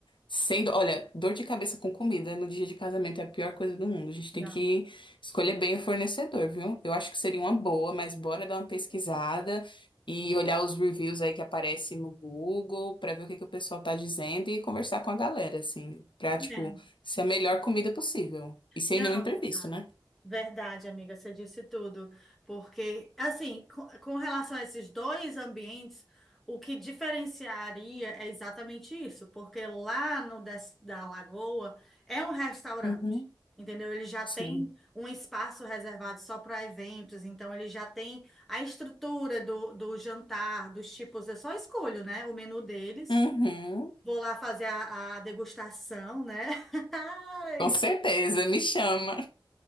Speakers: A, on the left; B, in the centre.
A: sendo, olha, dor de cabeça com comida no dia de casamento é a pior coisa do mundo. A gente
B: Não,
A: tem que escolher bem o fornecedor, viu? Eu acho que seria uma boa, mas bora dar uma pesquisada e olhar os reviews aí que aparecem no Google pra ver o que que o pessoal tá dizendo e conversar com a galera, assim, pra, tipo,
B: é.
A: ser a melhor comida possível. E sem
B: Não,
A: nenhum imprevisto,
B: verdade.
A: né?
B: Verdade, amiga, você disse tudo. Porque, assim, com, com relação a esses dois ambientes, o que diferenciaria é exatamente isso, porque lá no Des- da Lagoa é um restaurante,
A: Uhum.
B: entendeu? Ele já
A: Sim.
B: tem um espaço reservado só para eventos, então ele já tem a estrutura do, do jantar, dos tipos, eu só escolho, né, o menu deles.
A: Uhum.
B: Vou lá fazer a, a degustação, né? <laughs>
A: Com certeza, me chama.